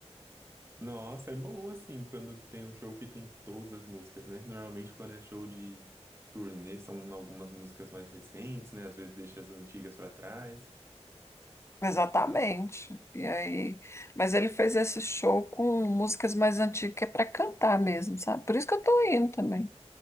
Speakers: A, on the right (about 20°); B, on the left (about 25°).
A: Nossa, é bom assim quando tem um show que tem todas as músicas, né? Que normalmente quando é show de turnê são algumas músicas mais recentes, né? Às vezes deixa as antigas pra trás.
B: Exatamente. E aí, mas ele fez esse show com músicas mais antigas que é para cantar mesmo, sabe? Por isso que eu tô indo também.